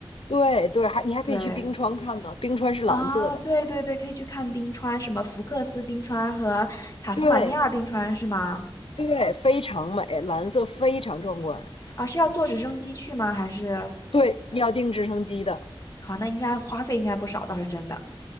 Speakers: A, on the left (about 75°); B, on the left (about 35°).
A: 对对，还你还可以去冰川看呢，
B: 对，
A: 冰川是蓝色的，
B: 啊、对对对，可以去看冰川，什么福克斯冰川和塔斯马尼亚冰川是吗？
A: 对对，非常美，蓝色非常壮观。
B: 啊，是要坐直升机去吗？还是？
A: 对，要订直升机的，
B: 好，那应该花费应该不少，倒是真的。